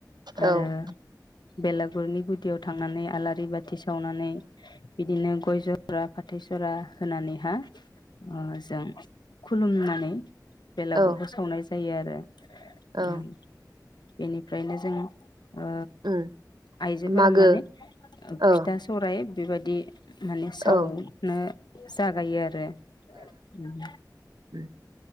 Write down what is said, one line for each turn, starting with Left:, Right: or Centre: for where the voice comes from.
Right: औ ओ
Left: आरो बेलागुरनि गुदियाव थांनानै आलारि बा थि सावनानै बिदिनो गय जरा फाथै सरा होनानैहा अ जों खुलुमनानै बेलागुरखौ
Right: ओ औ
Left: सावनाय जा यो आरो।
Right: औ
Left: उम। बेनिफ्रायनो जों ओ
Right: उम
Left: आइजोफोरा
Right: मागो
Left: माने ओ
Right: औ
Left: फिथा सौराय बेबायदि माने साव
Right: औ ओ
Left: नो जागायो आरो उम।
Right: उम।